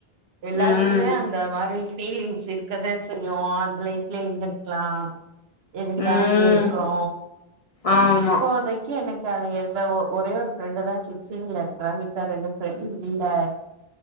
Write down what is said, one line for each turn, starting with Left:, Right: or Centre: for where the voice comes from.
Right: எல்லாத்துக்
Left: ம்
Right: குமே அந்த மாரி பீலிங்ஸ் இருக்கத செய்யு அந்த லைஃப்ல இருந்திருக்கலா எதுக்கு டா
Left: ம்
Right: இங்கே இருக்குறோ
Left: ஆமா
Right: இப்போதைக்கு எனக்கு தா எந்த ஒ ஒரே ஒரு ஃப்ரெண்ட தா சிச்சிங்கள இருக்கிறா இப்பா ரெண்டு ஃப்ரெண்ட் இல்லே